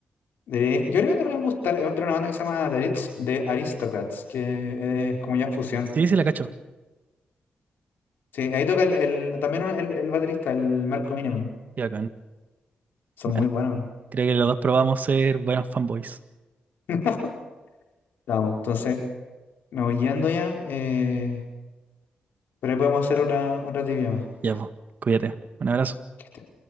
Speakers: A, on the left; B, on the right.
A: Eh, yo creo que te podrían gustar, eh, tiene una banda que se llama The Ritz de Aristocrats, que eh, es como ya fusión.
B: Sí, sí, la cacho.
A: Sí, ahí toca el, el- también un- el, el baterista, el Marco Minimum.
B: Ya, con.
A: Son
B: Bueno,
A: muy buenos, man.
B: creo que los dos probamos ser buenos fanboys.
A: <laughs> Vamos, entonces me voy yendo ya, eh, pero ahí podemos hacer otra, otra trivia más.
B: Ya, pues, cuídate. Un abrazo.
A: Que esté,